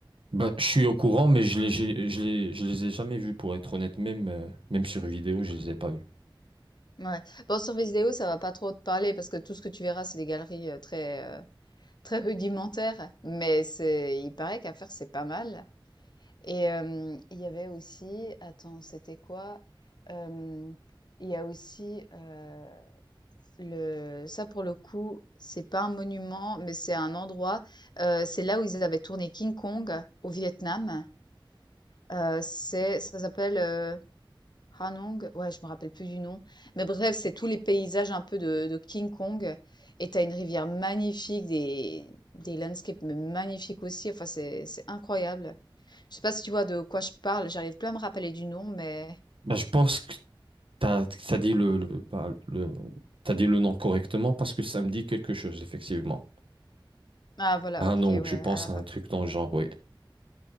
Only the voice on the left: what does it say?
Ouais. Bon, sur vidéo, ça va pas trop te parler parce que tout ce que tu verras, c'est des galeries, heu, très, Très rudimentaire, mais c'est il paraît qu'à faire, c'est pas mal et hem, il y avait aussi attends, c'était quoi? Hem, il y a aussi, heu, le ça pour le coup, c'est pas un monument, mais c'est un endroit, heu, c'est là où ils avaient tourné King Kong au Vietnam. Heu, c'est ça s'appelle, Ranong, ouais, je me rappelle plus du nom. Mais bref, c'est tous les paysages un peu de, de King Kong. Et t'as une rivière magnifique, des, des landscapes mais magnifiques aussi. Enfin, c'est, c'est incroyable. Je sais pas si tu vois de quoi je parle. J'arrive plus à me rappeler du nom, mais.
Ah, voilà,
ok,
ouais.
Alors,